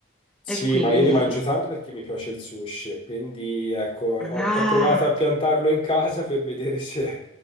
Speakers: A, on the left (about 30°); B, in the centre.
A: Sì,
B: e quindi
A: ma io
B: niente.
A: ne mangio tanto perché mi piace il sushi, quindi ecco, ho,
B: Ah!
A: ho provato a piantarlo in casa per vedere <laughs> se,